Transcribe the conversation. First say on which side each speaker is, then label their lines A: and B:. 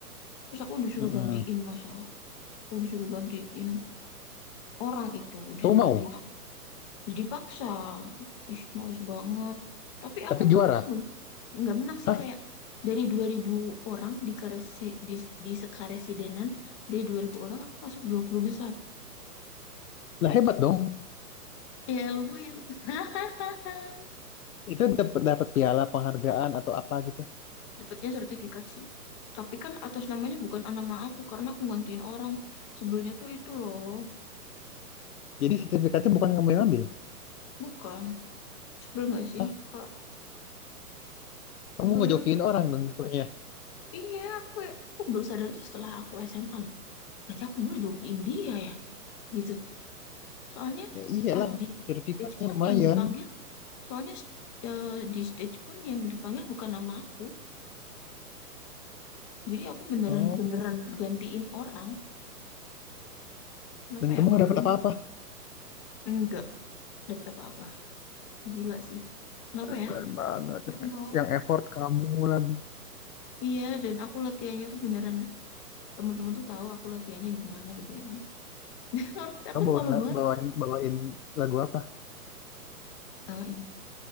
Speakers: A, on the left (about 20°); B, on the left (about 65°).
A: terus aku disuruh
B: Mm-mm.
A: gantiin masa aku disuruh gantiin orang itu disuruh
B: Kamu mau,
A: gantiin Jadi paksa. Ih, males banget. Tapi aku
B: tapi juara.
A: menang loh. Nggak menang sih
B: Hah?
A: kayak dari 2000 orang di karesi, di, di sekaresidenan, dari 2000 orang aku masuk 20 besar.
B: Lah hebat dong.
A: Ya lumayan. <laughs>
B: Itu dapat dapat piala penghargaan atau apa gitu.
A: Dapatnya sertifikat sih. Tapi kan atas namanya bukan nama aku karena aku gantiin orang. Sebelumnya tuh itu loh.
B: Jadi sertifikatnya bukan kamu yang ambil.
A: Bukan. Sebel nggak sih,
B: Hah?
A: Kak?
B: Kamu
A: Sebel.
B: ngejokiin
A: Kak.
B: orang dong jatuhnya.
A: Iya, aku, aku baru sadar tuh setelah aku SMA. loh. Berarti aku dulu joki India ya? Gitu. Soalnya
B: Ya iyalah,
A: pas di
B: sertifikatnya
A: stage pun
B: lumayan.
A: yang dipanggil, soalnya eh, di stage pun yang dipanggil bukan nama aku. Jadi aku beneran
B: Oh.
A: beneran gantiin orang. Kenapa
B: Dan kamu
A: ya aku
B: nggak
A: dulu
B: dapat apa-apa.
A: mau? Enggak dapat apa-apa. Gila sih. Kenapa ya?
B: Keren banget.
A: Aku mau.
B: Yang effort kamu lagi.
A: Iya, dan aku latihannya tuh beneran teman-teman tuh tahu aku latihannya gimana gitu ya. Om. <laughs> Aku
B: Kamu bawain,
A: malu banget.
B: bawain, bawain lagu apa?
A: Oh, ini.